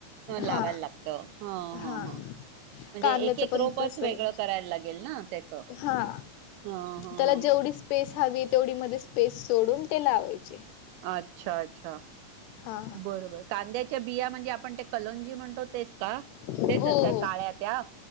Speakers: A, on the right (about 90°); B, on the left (about 85°).
A: लावायला
B: हा
A: लागत ह
B: हा
A: म्हणजे
B: कांद्याचं
A: एक एक
B: पण
A: रोपच
B: तसं
A: वेगळं
B: आहे
A: करायला लागेल ना त्याच ह,
B: हा
A: ह,
B: त्याला जेवढी
A: ह
B: स्पेस हवी तेवढी मध्ये स्पेस सोडून ते लावायचे
A: अच्छा अच्छा, अच्छा
B: हा
A: बरोबर. कांद्या च्या बिया म्हणजे आप पण ते कलोंजी म्हणतो तेच का?
B: हो
A: तेच असतात
B: हो
A: काळ्या त्या?